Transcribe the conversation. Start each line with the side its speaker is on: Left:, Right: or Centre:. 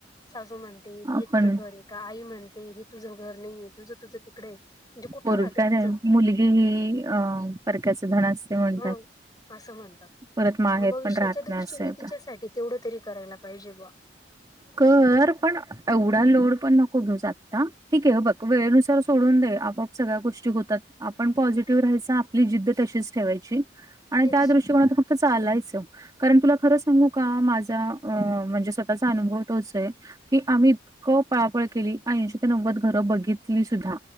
Left: सासू म्हणते हे
Right: आपण
Left: तुझं घर आहे का? आई म्हणते हे तुझं घर नाही आहे, तुझं तुझं तिकडे आहे. म्हणजे कुठं
Right: पोरगा
Left: राहते
Right: नाही
Left: ती?
Right: मुलगी ही अ परक्याचं धन असते म्हणतात.
Left: अं असं म्हणतात.
Right: परत माहेर
Left: भविष्याच्या
Right: पण राहत नाही
Left: दृष्टीने
Right: असं. आहे.
Left: तिच्यासाठी तेवढं तरी करायला पाहिजे बा.
Right: कर, पण एवढा लोड पण न को घेऊस आता, ठीके हे बघ वेळेनुसार सोडून दे, आपोआप सगळ्या गोष्टी होतात. आपण पॉझिटिव्ह राहायचा, आपली जिद्द तशीच ठेवायची. आणि
Left: तेच
Right: त्या दृष्टीकोनात फक्त चालायचं कारण तुला खरं सांगू का माझा अ म्हणजे म्हणजे स्वतःचा अनुभव तोच ये की आम्ही क पळापळ केली ऐंशी ते नव्वद घरं बघितली सुद्धा